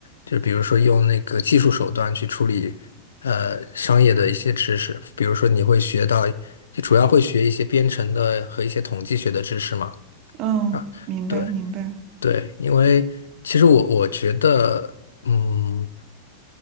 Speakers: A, on the left; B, on the right.
A: 就是比如说用那个技术手段去处理呃商业的一些知识，比如说你会学到，就主要会学一些编程的和一些统计学的知识嘛，
B: 嗯，
A: 啊，
B: 明白明白，
A: 对对，因为其实我我觉得，嗯。